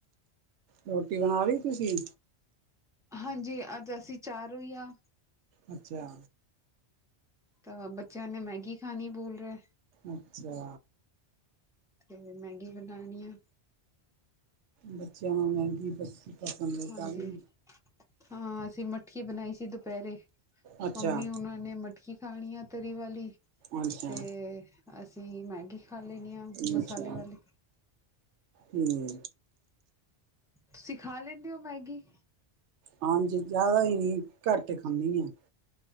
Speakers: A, on the right; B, in the centre.
A: ਰੋਟੀ, ਬਣਾਲੀ ਤੁਸੀ?
B: ਹਾਂਜੀ, ਅੱਜ ਅਸੀਂ ਚਾਰੋ ਈ ਆ
A: ਅੱਛਾ।
B: ਤਾ ਬੱਚਿਆਂ ਨੇ ਮੈਗੀ ਖਾਣੀ ਬੋਲ ਰਹੇ।
A: ਅੱਛਾ।
B: ਤੇ ਮੈਗੀ ਬਣਾਣੀ ਆ।
A: ਬੱਚਿਆਂ ਨੂੰ ਮੈਗੀ ਪ ਤਾਂ ਵੀ ਨਹੀ
B: ਹਾਂਜੀ ਹਾਂ, ਅਸੀਂ ਮਟਕੀ ਬਣਾਈ ਸੀ ਦੁਪਹਿਰੇ।
A: ਅੱਛਾ,
B: ਮੰਮੀ ਹੁਣਾਂ ਨੇ ਮਟਕੀ ਖਾਣੀ ਆ ਤਰੀ ਵਾਲੀ,
A: ਅੱਛਾ,
B: ਤੇ
A: ਅੱਛਾ।
B: ਅਸੀ ਮੈਗੀ। ਖਾ ਲੈਣੀ ਆ ਮਸਾਲੇ
A: ਅੱਛਾ,
B: ਵਾਲੀ
A: ਹੂੰ
B: ਤੁਸੀਂ ਖਾ ਲੈਂਦੇ ਓ, ਮੈਗੀ?
A: ਹਾਂਜੀ, ਜ਼ਿਆਦਾ ਹੀ ਨਹੀਂ ਘੱਟ ਖਾਂਨੀ ਏ।